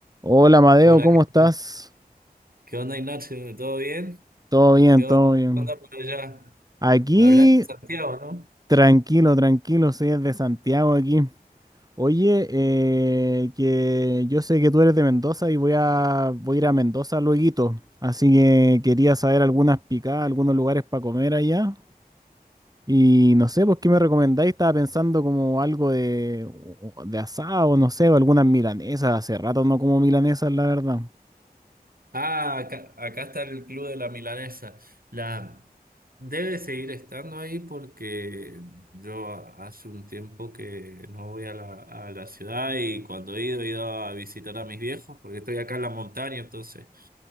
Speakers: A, on the right; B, on the right.
A: Hola, Madeo,
B: Hola,
A: ¿cómo estás?
B: ¿qué qué onda Ignacio? ¿Todo bien?
A: Todo bien,
B: ¿Qué onda,
A: todo bien.
B: qué onda por allá?
A: Aquí,
B: Hablas de Santiago, ¿no?
A: tranquilo, tranquilo, soy de Santiago aquí. Oye, eh, que yo sé que tú eres de Mendoza y voy a, voy a ir a Mendoza lueguito, así que quería saber algunas picadas, algunos lugares para comer allá. Y no sé, pues, ¿qué me recomendáis? Estaba pensando como algo de, de asado, no sé, o algunas milanesas. Hace rato no como milanesas, la verdad.
B: Ah, acá, acá está el Club de la Milanesa. La, debe seguir estando ahí porque yo a- hace un tiempo que no voy a la, a la ciudad y cuando he ido he ido a visitar a mis viejos porque estoy acá en la montaña, entonces